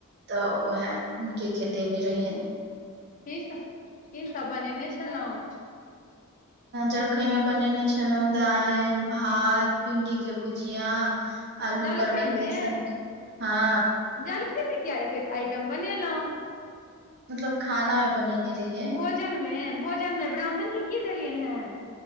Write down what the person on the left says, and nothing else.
की कीसभ बनेने छलहुँ
जलखै
मे
जलखै मे किया एतेक आइटम बनेलहुँ
भोजनमे भोजनमे ब्राह्मण के की देलियैन हे